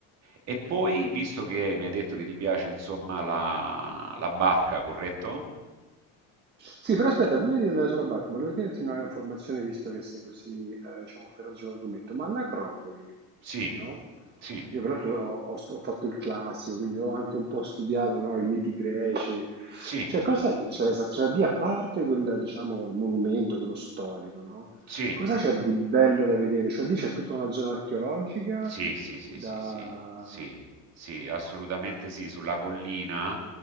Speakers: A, on the right; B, on the right.
A: E poi, visto che mi hai detto che ti piace insomma la la barca, corretto?
B: Sì, però aspetta, prima di andare sulla barca, volevo chiederti una informazione, visto che sei così, eh, diciamo, ferrato sull'argomento, ma l'Acropoli,
A: Sì,
B: no?
A: sì,
B: Io peraltro ho, ho st- ho fatto il classico, quindi ho anche un po' studiato, no, I miti greci.
A: sì.
B: Cioè, cos'è che c'è esatto? Cioè, lì, a parte quel, diciamo, il monumento, quello storico, no?
A: Sì.
B: Cosa c'è di bello da vedere? Cioè, lì c'è tutta una zona archeologica
A: Sì, sì, sì,
B: da,
A: sì, sì, sì, sì, assolutamente sì. Sulla collina